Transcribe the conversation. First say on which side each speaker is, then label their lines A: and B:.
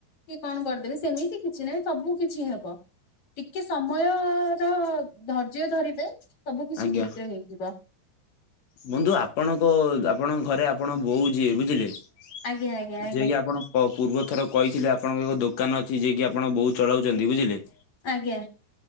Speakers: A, on the left (about 35°); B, on the left (about 70°).
A: କି କଣ କରିଦେବେ ସେମିତି କିଛି ନାହିଁ ସବୁ କିଛି ହେବ। ଟିକେ ସମୟ ର ଧୈର୍ଯ୍ୟ ଧରିବେ ସବୁ କିଛି
B: ଆଜ୍ଞା
A: ଠିକ୍ ରେ ହେଇଯିବ।
B: ବନ୍ଧୁ ଆପଣଙ୍କ ଆପଣଙ୍କ ଘରେ ଆପଣ ବୋଉ ଯିଏ ବୁଝିଲେ। ଯିଏ
A: ଆଜ୍ଞା ଆଜ୍ଞା ଆଜ୍ଞା
B: କିି ଆପଣ। ପୂର୍ବ ଥର କହିଥିଲେ ଆପଣଙ୍କ ଏକ ଦୋକାନ ଅଛି ଯିଏକି ଆପଣ ବୋଉ ଚଳାଉଛନ୍ତି ବୁଝିଲେ।
A: ଆଜ୍ଞା।